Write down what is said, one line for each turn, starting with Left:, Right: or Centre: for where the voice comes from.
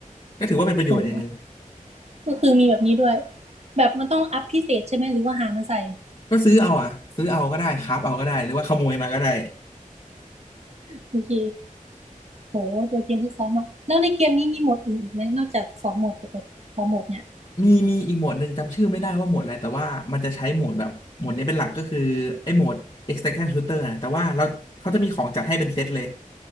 Left: ก็ถือว่าเป็นประโยชน์อย่างหนึ่ง
Right: โอ้โหก็คือมีแบบนี้ด้วยแบบมันต้องอัพพิเศษใช่ไหมหรือว่าหามาใส่
Left: ก็ซื้อเอาอะซื้อเอาก็ได้ครับเอาก็ได้หรือว่าขโมยมาก็ได้
Right: โอเคโหตัวเกมซับซ้อนมากแล้วในเกมนี้มีโหมดอื่นอีกไหมนอกจากสองโหมดปกติสองโหมดเนี่ย
Left: มีมีอีกโหมดหนึ่งจำชื่อไม่ได้ว่าโหมดอะไรแต่ว่ามันจะใช้โหมดแบบโหมดนี้เป็นหลักก็คือไอ้โหมด extraction shooter นะแต่ว่าเราเขาจะมีของจัดให้เป็นเซตเลย